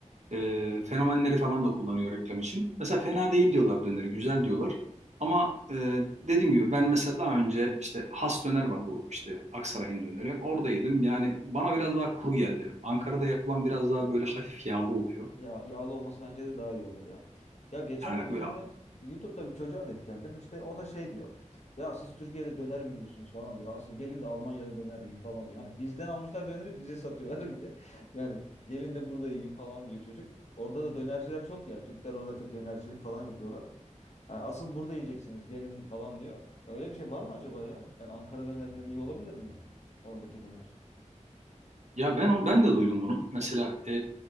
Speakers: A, on the right; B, on the left.
A: E, fenomenleri falan da kullanıyor reklam için. Mesela fena değil diyorlar döneri, güzel diyorlar. Ama e, dediğim gibi ben mesela daha önce işte has döner var bu işte Aksaray'ın döneri. Orada yedim. Yani bana biraz daha kuru geldi. Ankara'da yapılan biraz daha böyle hafif yağlı oluyor.
B: Ya yağlı olması bence de daha iyi olur ya. Ya geçen
A: Yani
B: de bir
A: böyle
B: tane YouTube'da bir çocuğa denk geldim. İşte o da şey diyor. Ya siz Türkiye'de döner mi yiyorsunuz falan diyor. Asıl gelin de Almanya'da döner yiyin falan diyor. Hani bizden almışlar döneri bize satıyorlar <laughs> bir de. Yani gelin de burada yiyin falan diyor çocuk. Orada da dönerciler çok ya. Türkler orada çok dönercilik falan yapıyorlar. Hani asıl burada yiyeceksiniz gelin falan diyor. Öyle bir şey var mı acaba ya? Yani Ankara dönerinden iyi olabilir mi oradaki döner?
A: ya ben o ben de duydum bunu. Mesela e,